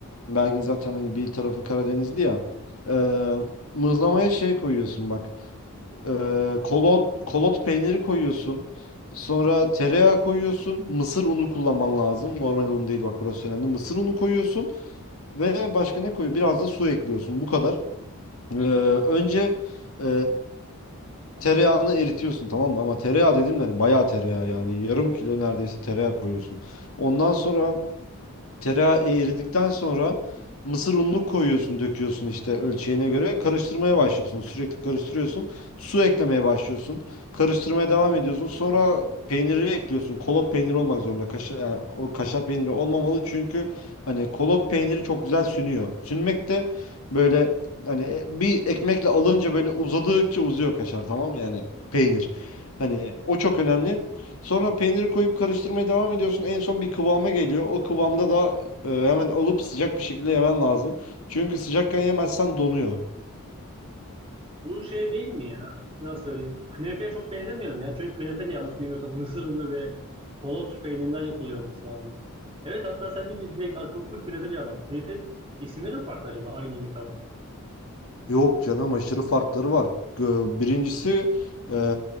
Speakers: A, on the left; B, on the right.
A: Belgin zaten hani bir tarafı Karadenizli ya. Ee, mıhlamaya şey koyuyorsun bak. Ee, kolot, kolot peyniri koyuyorsun. Sonra tereyağı koyuyorsun. Mısır unu kullanman lazım. Normal un değil bak burası önemli. Mısır unu koyuyorsun ve başka ne koyuyorsun? Biraz da su ekliyorsun. Bu kadar. Ee, önce ee, tereyağını eritiyorsun tamam mı? Ama tereyağı dedim yani bayağı tereyağı yani yarım kilo neredeyse tereyağı koyuyorsun. Ondan sonra Tereyağı eridikten sonra mısır ununu koyuyorsun, döküyorsun işte ölçeğine göre. Karıştırmaya başlıyorsun. Sürekli karıştırıyorsun. Su eklemeye başlıyorsun. Karıştırmaya devam ediyorsun. Sonra peyniri ekliyorsun. Kolot peyniri olmak zorunda. Kaşar, yani o kaşar peyniri olmamalı çünkü hani kolot peyniri çok güzel sünüyor. Sünmek de böyle hani e- bir ekmekle alınca böyle uzadıkça uzuyor kaşar tamam mı? yani peynir. Hani o çok önemli. Sonra peyniri koyup karıştırmaya devam ediyorsun. En son bir kıvama geliyor. O kıvamda da e, hemen alıp sıcak bir şekilde yemen lazım. Çünkü sıcakken yemezsen donuyor.
B: Bu şey değil mi ya? Nasıl söyleyeyim? Künefeye çok benzemiyor mu ya? Çünkü künefe de yanlış bilmiyorsam mısır unu ve kolot peynirinden yapılıyor olması lazım. Evet hatta sen deyince direkt aklıma full künefe canlandı. Künefe isimleri mi farklı acaba? Aynı yemek ama.
A: Yok canım aşırı farkları var. Gö- Birincisi e,